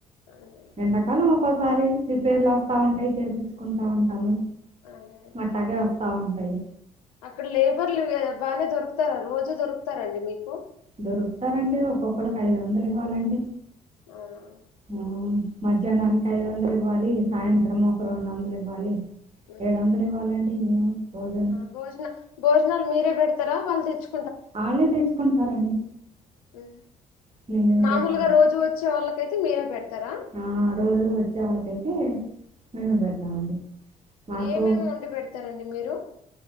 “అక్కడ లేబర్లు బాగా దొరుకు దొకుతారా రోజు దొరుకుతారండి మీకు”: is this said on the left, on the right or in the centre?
Left